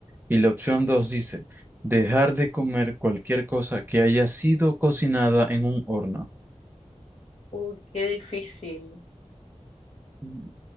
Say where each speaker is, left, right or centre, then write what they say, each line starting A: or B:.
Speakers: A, on the right (about 15°); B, on the left (about 75°).
A: Y la opción dos dice, dejar de comer cualquier cosa que haya sido cocinada en un horno.
B: Uy, qué difícil.
A: Mm,